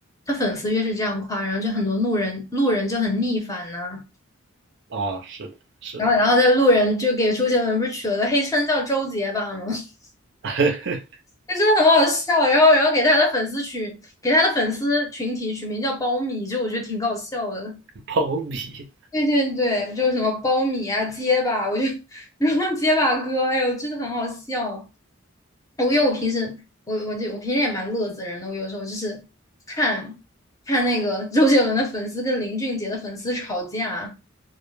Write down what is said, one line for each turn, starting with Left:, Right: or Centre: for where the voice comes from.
Left: 他粉丝越是这样夸，然后就很多路人路人就很逆反呢。
Right: 啊，是的，是的，
Left: 然后然后在路人就给周杰伦不是取了个黑称叫周杰吧吗？<laughs>
Right: <laughs>
Left: 就真的很好笑，然后然后给他的粉丝取给他的粉丝群体取名叫苞米，就我觉得挺搞笑的。
Right: 苞米
Left: 对对对，就是什么苞米啊、结巴，我就 <laughs> 然后结巴哥，哎呦，真的很好笑。我因为我平时我我就我平时也蛮乐子人的，我有时候就是看看那个周杰伦的粉丝跟林俊杰的粉丝吵架，